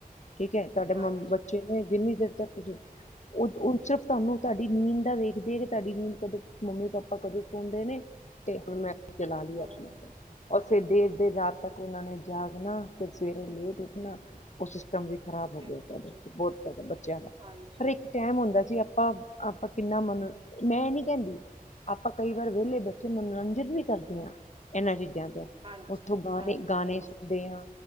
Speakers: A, on the left (about 50°); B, on the right (about 35°).
A: ਠੀਕ ਹੈ ਤੁਹਾਡੇ
B: ਹਾਂਜੀ
A: ਮ ਬੱਚੇ ਨੇ ਜਿੰਨੀ ਦੇਰ ਤੱਕ ਤੁਸੀਂ ਉਹ ਸਿਰਫ <unintelligible> ਤੁਹਾਨੂੰ ਤੁਹਾਡੀ ਨੀਂਦ ਦਾ ਵੇਖਦੇ ਨੇ ਕਿ ਤੁਹਾਡੀ ਨੀਂਦ ਕਦੋਂ ਮੰਮੀ ਪਾਪਾ ਕਦੋਂ ਸੁਣਦੇ ਨੇ ਤੇ ਮੈਂ ਚਲਾ ਲਈ
B: ਹਮ
A: ਆਪਣਾ ਆਪ ਔਰ ਫੇਰ ਦੇਰ-ਦੇਰ ਰਾਤ ਤੱਕ ਉਹਨਾਂ ਨੇ ਜਾਗਨਾ ਫਿਰ ਸਵੇਰੇ ਲੇਟ ਉੱਠਣਾ ਉਸ <unintelligible> ਵੀ ਖਰਾਬ ਹੋ
B: ਬਿਲਕੁਲ
A: ਗਿਆ ਪ
B: ਜੀ
A: ਬਹੁਤ ਜ਼ਿਆਦਾ ਬੱਚਿਆਂ ਦਾ
B: ਹਾਂਜੀ
A: ਪਰ ਇੱਕ ਟਾਈਮ ਹੁੰਦਾ ਸੀ ਆਪਾਂ ਆਪਾਂ ਕਿੰਨਾ ਮਨ ਮੈਂ ਇਹ ਨੀ ਕਹਿੰਦੀ ਆਪਾਂ ਕਈ ਵਾਰ ਵਿਹਲੇ ਬੈਠੇ ਮਨੋਰੰਜਨ ਵੀ ਕਰਦੇ ਆਂ ਐਹਨਾਂ ਚੀਜ਼ਾਂ ਤੇ
B: ਹਾਂਜੀ
A: ਉੱਥੋਂ ਗਾਣੇ
B: ਹਾਂਜੀ
A: ਗਾਣੇ
B: ਹਾਂਜੀ
A: ਸੁਣਦੇ ਆਂ